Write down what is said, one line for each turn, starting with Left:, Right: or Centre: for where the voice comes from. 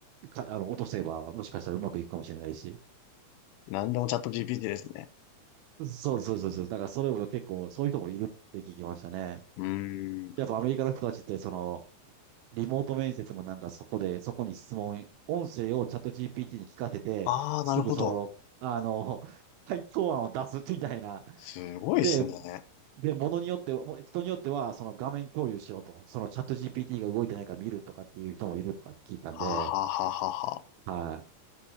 Right: か、あの、落とせば、もしかしたらうまくいくかもしれないし。
Left: なんでもチャット GPT ですね。
Right: そうそうそうそう。だからそれも結構、そういう人もいるって聞きましたね。
Left: うーん。
Right: やっぱアメリカの人たちって、その、リモート面接もなんかそこで、そこに質問、音声をチャット GPT に聞かせて、
Left: ああ、
Right: すぐその、
Left: なるほど。
Right: あの、回答案を出すみたいな。
Left: すごいですね。
Right: で、で、ものによっては、もう人によっては、その画面共有しろと、そのチャット GPT が動いてないか見るとかっていう人もいるとか聞いたんで、
Left: はあ、はあはあはあはあ。
Right: はい。